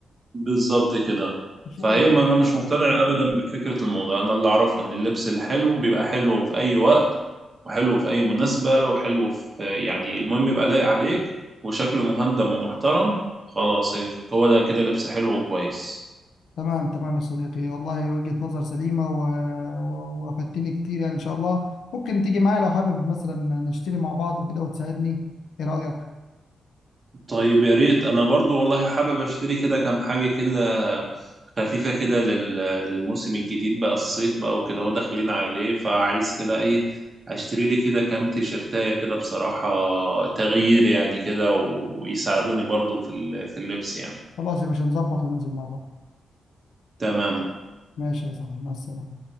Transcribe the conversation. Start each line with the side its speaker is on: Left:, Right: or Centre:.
Right: بالظبط كده
Left: مش
Right: فهي ما انا مش مقتنع ابدا بفكره الموضه انا اللي اعرفه ان اللبس الحلو بيبقى حلو في اي وقت وحلو في اي مناسبه وحلو في يعني المهم يبقى لايق عليك وشكله مهندم ومحترم خلاص هو ده كده لبس حلو وكويس
Left: تمام تمام يا صديقي والله وجهة نظر سليمة و... و... وافدتني كتير يعني إن شاء الله ممكن تيجي معايا لو حابب مثلا نشتري مع بعض وكده وتساعدني إيه رأيك؟
Right: طيب يا ريت انا برضو والله حابب اشتري كده كام حاجة كده خفيفة كده لل... للموسم الجديد بقى الصيف بقى وكده هو داخلين عليه فعايز كده ايه اشتري لي كده كام تيشرتاية كده بصراحة تغيير يعني كده و... ويساعدوني برضو في ال... في اللبس يعني
Left: خلاص يا باشا نظبط وننزل مع بعض
Right: تمام
Left: ماشي يا صاحبي مع السلامة